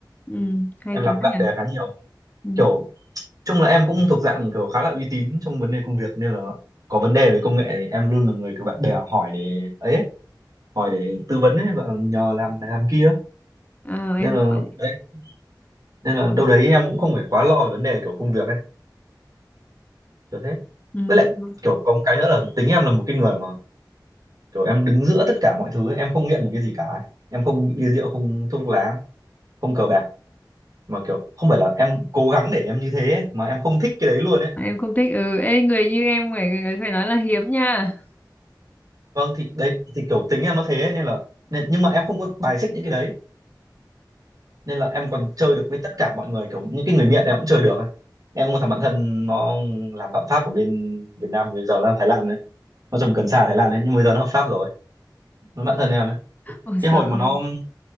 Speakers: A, on the left (about 20°); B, on the right (about 50°).
A: ừ, hay
B: em
A: quá
B: làm với bạn
A: nhỉ.
B: bè khá nhiều
A: Ừ.
B: kiểu chung là em cũng thuộc dạng kiểu khá là uy tín trong vấn đề công việc nên là có vấn đề về công nghệ thì em luôn là người kiểu bạn bè hỏi để ấy, ấy, hỏi để tư vấn ấy và nhờ làm này làm kia
A: Ờ, em
B: nên là
A: gọi
B: đấy nên là đâu đấy em cũng không phải quá lo về vấn đề kiểu công việc ấy kiểu thế
A: ừ,
B: với
A: đúng
B: lại
A: rồi.
B: kiểu có một cái nữa là tính em là một cái người mà kiểu em đứng giữa tất cả mọi thứ ấy. em không nghiện một cái gì cả ấy. em không bị bia rượu không thuốc lá không cờ bạc mà kiểu không phải là em cố gắng để em như thế ấy, mà em không thích cái đấy luôn ấy
A: Em không thích ừ ê, người như em phải phải nói là hiếm nha.
B: vâng thì đấy thì kiểu tính em nó thế ấy, nên là nên, nhưng mà em không có bài xích những cái đấy nên là em còn chơi được với tất cả mọi người kiểu những cái người nghiện em cũng chơi được ấy. em có một thằng bạn thân nó làm phạm pháp ở bên Việt Nam bây giờ là Thái Lan đấy nó trồng cần sa ở Thái Lan đấy nhưng bây giờ nó hợp pháp rồi nó bạn thân em ấy
A: Ôi
B: cái
A: trời
B: hồi
A: ơi.
B: mà nó